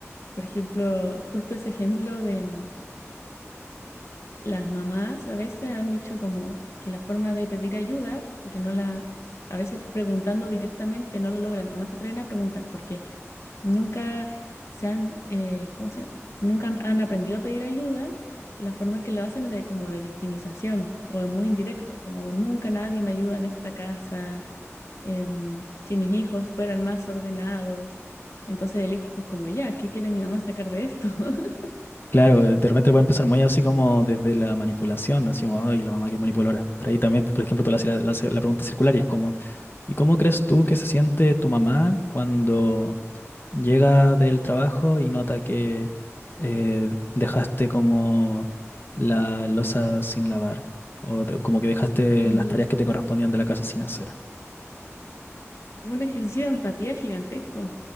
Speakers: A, on the left; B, on the left.
A: por ejemplo, justo ese ejemplo de, Las mamás a veces han dicho como que la forma de pedir ayuda, porque no la, a veces preguntando directamente no lo logran o no se atreven a preguntar porque nunca se han, eh, ¿cómo se llama? Nunca han han aprendido a pedir ayuda. La forma que lo hacen es de como de victimización o es muy indirecto, como nunca nadie me ayuda en esta casa, em, si mis hijos fueran más ordenados. Entonces el hijo es como, ya, ¿qué quiere mi mamá sacar de esto? <laughs>
B: Claro, de repente puede empezar muy así como desde la manipulación, así como, ay, la mamá que es manipuladora. Pero ahí también, por ejemplo, tú le haces la, la haces la pregunta circular y es como, ¿y cómo crees tú que se siente tu mamá cuando llega del trabajo y nota que eh, dejaste como la loza sin lavar? O de- como que dejaste
A: Ujú.
B: las tareas que te correspondían de la casa sin hacer.
A: Es un ejercicio de empatía gigantesco.